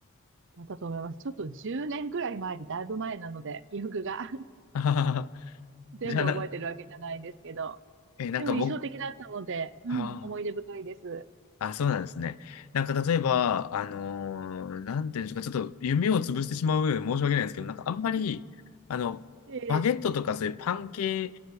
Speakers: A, on the right; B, on the left.
A: だったと思います。ちょっと10年くらい前でだいぶ前なので、記憶が
B: あー
A: <laughs> 全部覚えてるわけじゃないんですけど。
B: <laughs> じゃあな、えーなんか僕、
A: でも印象的だったので、うん、
B: あー
A: 思い出深いです。
B: あ、そうなんですね。なんか例えば、あのーなんていうんでしょうか、ちょっと夢を潰してしまうようで申し訳ないんですけど、なんかあんまり、
A: <laughs>
B: あの、
A: ええ
B: バゲットとかそういうパン系